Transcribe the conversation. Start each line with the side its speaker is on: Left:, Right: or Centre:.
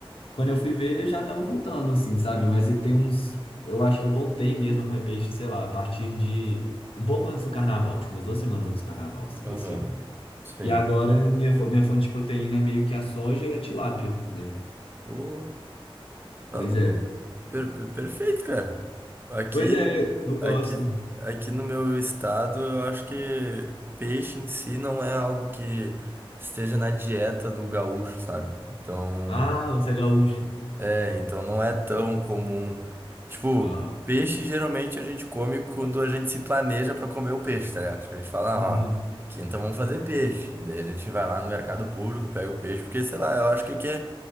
Left: Quando eu fui ver, eu já tava voltando, assim, sabe? Mas e tem uns. Eu acho que eu voltei mesmo a comer peixe, sei lá, a partir de. Um pouco antes do carnaval, tipo umas duas semanas antes do carnaval, assim,
Right: Aham.
Left: desse ano.
Right: Sim.
Left: E agora minha, fo- minha fonte de proteína é meio que a soja e a tilápia, né?
Right: Pô, tá
Left: Pois
Right: louco.
Left: é.
Right: Per- per- perfeito, cara. Aqui,
Left: Pois é, eu gosto.
Right: aqui, aqui no meu estado, eu acho que peixe em si não é algo que esteja na dieta do gaúcho, sabe? Então.
Left: Ah, você é gaúcho.
Right: É, então não é tão comum. Tipo,
Left: Ah,
Right: peixe geralmente a gente come quando a gente se planeja pra comer o peixe, tá ligado? Tipo, a gente fala,
Left: uhum,
Right: ah, ó, quinta vamos fazer peixe. E daí a gente vai lá no mercado público, pega o peixe, porque sei lá, eu acho que aqui é,